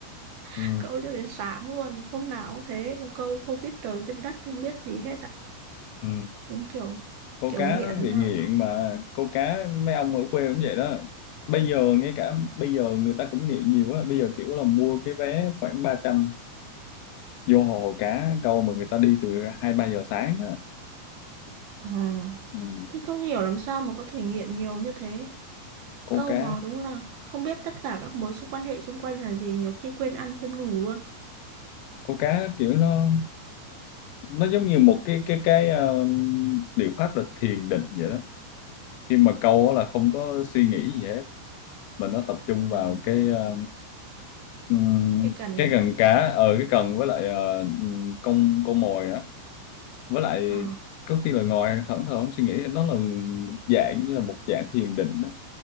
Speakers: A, on the right (about 65°); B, on the left (about 80°).
A: <laughs>
B: Ừ.
A: câu cho đến sáng luôn hôm nào cũng thế câu không biết trời biết đất không biết gì hết ạ
B: Ừ.
A: cũng kiểu
B: câu
A: kiểu
B: cá
A: nghiện
B: nó bị
A: theo
B: nghiện mà câu cá mấy ông ở quê cũng vậy đó bây giờ ngay cả bây giờ người ta cũng nghiện nhiều á bây giờ kiểu là mua cái vé khoảng 300 vô hồ cá câu mà người ta đi từ hai ba giờ sáng
A: ừ.
B: Ừ.
A: tôi không hiểu làm sao mà có thể nghiện nhiều như thế
B: Câu
A: câu
B: cá
A: mà đúng là không biết tất cả các mối quan hệ xung quanh là gì nhiều khi quên ăn quên ngủ luôn
B: câu cá kiểu nó nó giống như một cái cái cái ờ, liệu pháp là thiền định vậy đó khi mà câu á là không có suy nghĩ gì hết mà nó tập trung vào
A: ừ.
B: cái ờ, ừm,
A: cái cần
B: cái cần cá ở cái cần với lại ờ, ừm, con con mồi á với lại
A: ờ.
B: có khi là ngồi thẫn thờ không suy nghĩ nó là dạng như là một dạng thiền định đó.